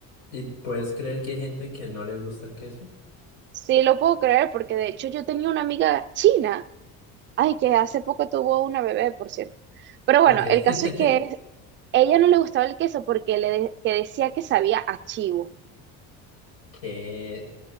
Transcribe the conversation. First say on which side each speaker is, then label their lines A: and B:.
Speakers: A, on the left; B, on the right.
A: ¿Y puedes creer que hay gente que no le gusta el queso?
B: Sí, lo puedo creer porque de hecho yo tenía una amiga china Ay, que hace poco tuvo una bebé, por cierto. Pero
A: Ok.
B: bueno,
A: <laughs>
B: el caso es que es- ella no le gustaba el queso porque le de- que decía que sabía a chivo,
A: Que...